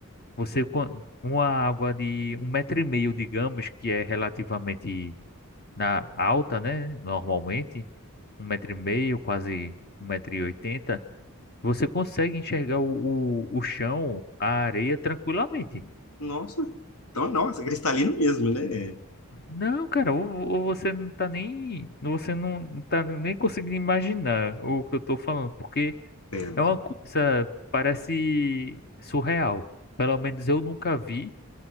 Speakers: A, on the left (about 45°); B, on the left (about 80°).
A: você quan- uma água de um metro e meio, digamos, que é relativamente na alta, né? Normalmente um metro e meio, quase um metro e oitenta, você consegue enxergar o, o, o chão, a areia tranquilamente.
B: Nossa, então, nossa, cristalino mesmo, né? É,
A: Não, cara, ou, ou você não tá nem, você não tá nem conseguindo imaginar o que eu tô falando, porque
B: é.
A: é uma coisa, parece surreal. Pelo menos eu nunca vi